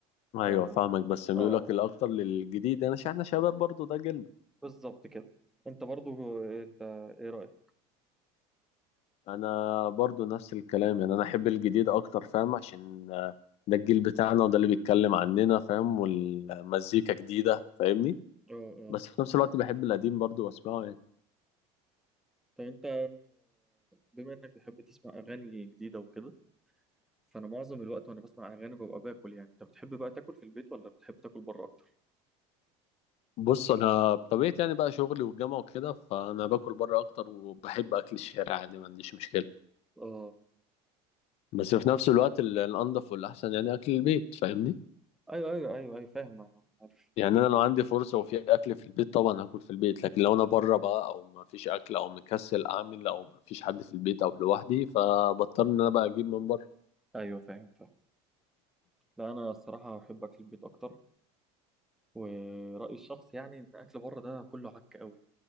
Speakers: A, on the left; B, in the centre.
A: ايوه
B: ف
A: فاهمك بس ميولك
B: اه
A: الاكتر للجديد انا يعني احنا شباب برضه ده جيلنا
B: بالظبط كده انت برضو آه، انت ايه رايك
A: انا برضو نفس الكلام يعني انا احب الجديد اكتر فاهم عشان آه، ده الجيل بتاعنا وده اللي بيتكلم عننا فاهم والمزيكا جديدة فاهمني
B: اه اه
A: بس في نفس الوقت بحب القديم برضو واسمعه يعني
B: طب انت بما انك بتحب تسمع اغاني جديده وكده فانا معظم الوقت وانا بسمع اغاني ببقى باكل يعني انت بتحب بقى تاكل في البيت ولا بتحب تاكل بره اكتر
A: بص انا بطبيعتي يعني بقى شغلي والجامعة وكده فانا باكل بره اكتر وبحب اكل الشارع يعني ما عنديش مشكلة
B: اه
A: بس في نفس الوقت ال- الانضف والاحسن يعني اكل البيت فاهمني
B: ايوه ايوه ايوه ايوه فاهم أنا عارف
A: يعني انا لو عندي فرصه وفي اكل في البيت طبعا هاكل في البيت لكن لو انا بره بقى او ما فيش اكل او مكسل اعمل او ما فيش حد في البيت او لوحدي فبضطر ان انا بقى اجيب من بره
B: ايوه فاهم فاهم لا انا الصراحه بحب اكل البيت اكتر ورايي الشخصي يعني ان اكل بره ده كله عك قوي